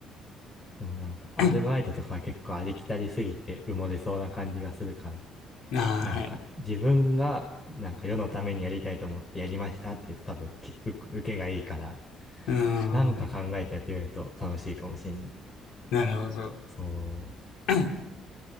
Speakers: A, on the left; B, on the left.
A: でもなんか、アルバイトとかは結構ありきたりすぎて埋もれそうな感じがするから。
B: <coughs> うんああ、
A: なんか、
B: はい。
A: 自分がなんか世のためにやりたいと思ってやりましたっていうと多分、き受受けがいいから、
B: うーん。
A: なんか考えてやってみると楽しいかもしれない。
B: なるほど。
A: そう。
B: <coughs> う